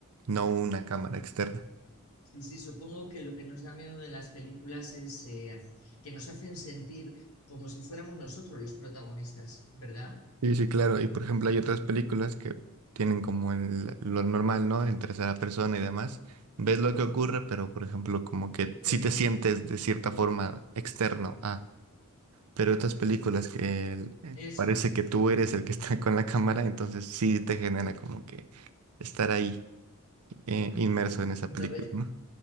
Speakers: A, on the right; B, on the left.
A: no una cámara externa.
B: sí, sí, supongo que lo que nos da miedo de las películas es eh, que nos hacen sentir como si fuéramos nosotros los protagonistas, ¿verdad?
A: Sí, sí, claro. Y por ejemplo, hay otras películas que tienen como el- lo normal, ¿no? En tercera persona y demás. Ves lo que ocurre, pero por ejemplo, como que
B: Eh,
A: sí
B: perdón,
A: te sientes de cierta forma externo Pero otras películas que el- el-
B: eso
A: parece
B: es.
A: que tú eres el que <laughs> está con la cámara, entonces sí te genera como que estar ahí eh, inmerso en esa
B: ¿Lo
A: película,
B: ves?
A: ¿no?